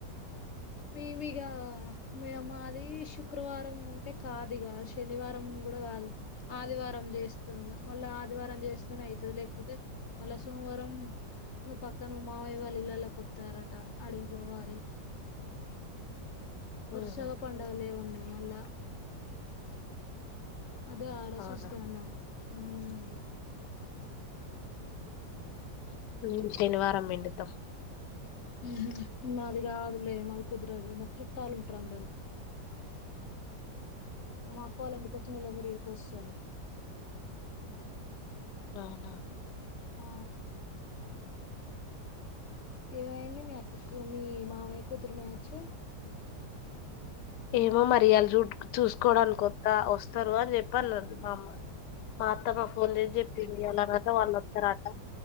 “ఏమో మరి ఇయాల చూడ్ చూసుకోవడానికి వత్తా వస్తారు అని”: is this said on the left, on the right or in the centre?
Left